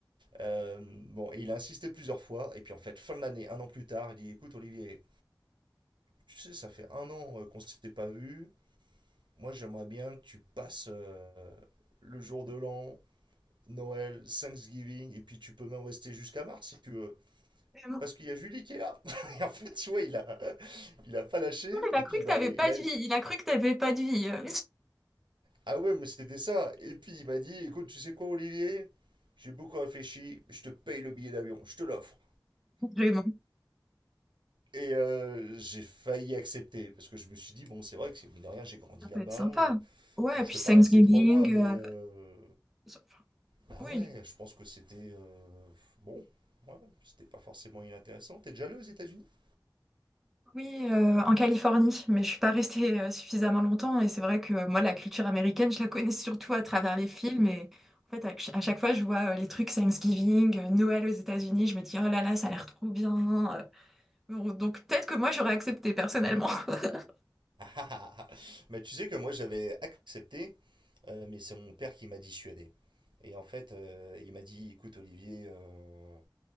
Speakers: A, on the right; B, in the centre.
A: euh, bon, et il a insisté plusieurs fois. Et puis en fait, fin de l'année, un an plus tard, il dit écoute Olivier, tu sais, ça fait un an euh, qu'on s'était pas vu. Moi, j'aimerais bien que tu passes euh, le jour de l'an, Noël, Thanksgiving, et puis tu peux même rester jusqu'à mars si tu veux.
B: Vraiment.
A: Parce qu'il y a Julie qui est là. <laughs> Et en fait, tu vois, il a, il a pas lâché.
B: Il a
A: Et
B: cru
A: puis, il
B: que
A: m'a,
B: t'avais
A: il
B: pas
A: a-
B: de vie. Il a cru que t'avais pas de vie. euh.
A: ah ouais, mais c'était ça. Et puis, il m'a dit, écoute, tu sais quoi, Olivier? J'ai beaucoup réfléchi. Je te paye le billet d'avion. Je te l'offre.
B: Vraiment,
A: Et euh, j'ai failli accepter parce que je me suis dit bon c'est vrai que c'est- mine de rien j'ai grandi
B: ça peut
A: là-bas
B: être sympa.
A: euh,
B: Ouais,
A: bon,
B: et
A: je
B: puis
A: serais
B: Thanksgiving.
A: pas resté trois mois mais
B: euh,
A: euh,
B: ça- enfin,
A: Bah ouais,
B: oui,
A: je pense que c'était euh, bon. Ouais, c'était pas forcément inintéressant. T'es déjà allé aux États-Unis? <laughs>
B: oui, euh, en Californie. Mais je suis pas restée euh, suffisamment longtemps. Et c'est vrai que euh, moi, la culture américaine, je la connais surtout à travers les films. Et en fait, à, ch- à chaque fois, je vois euh, les trucs Thanksgiving, euh, Noël aux États-Unis. Je me dis, oh là là, ça a l'air trop bien. euh. Bon, donc peut-être que moi, j'aurais accepté personnellement. <laughs>
A: Ah ah ah ah. Bah, tu sais que moi j'avais accepté, euh, mais c'est mon père qui m'a dissuadé. Et en fait, euh, il m'a dit, écoute Olivier, euh,